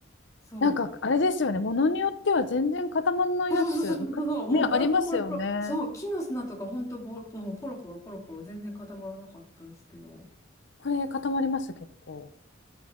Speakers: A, on the left; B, on the left.
A: そう。
B: なんかあれですよね、ものによっては全然固まらないやつ、
A: そうそうそうそうそうそう、
B: かね、
A: もうポロポロポロポロ。
B: ありますよね。
A: そう、木の砂とか、本当ボロ、もうポロポロポロポロ、全然固まらなかったですけど。
B: これ固まります、結構。